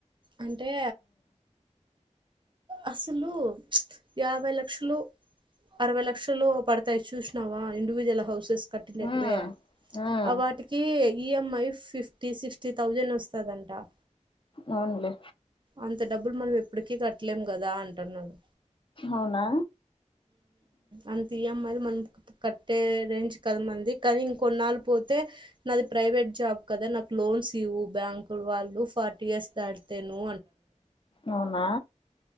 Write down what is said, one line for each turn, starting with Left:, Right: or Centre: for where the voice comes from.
Right: అంటే అసలు ప్చ్ యాభై లక్షలు అరవై లక్షలు పడతాయి చూసినావా ఇండివిజువల్ హౌసెస్ కట్టిట్వే
Left: ఉమ్ ఉమ్
Right: అ వాటికి ఈఎంఐ ఫిఫ్టీ సిక్స్టీ థౌజండ్ వస్తుందన్ అ
Left: అవునులె
Right: అంత డబ్బులు మనం ఎప్పటికీ కట్టలేం కదా అంటున్నాడు
Left: అవునా
Right: అంత ఇఎంఐ మనం కట్టే రేంజ కది మంది కానీ ఇంకొన్నాళ పోతే నాది ప్రైవేట్ జాబ్ కదా నాకు లోన్స్ ఇవు బ్యాంకు వాళ్ళు ఫోర్టీ ఇయర్స్ దాడతను
Left: అవునా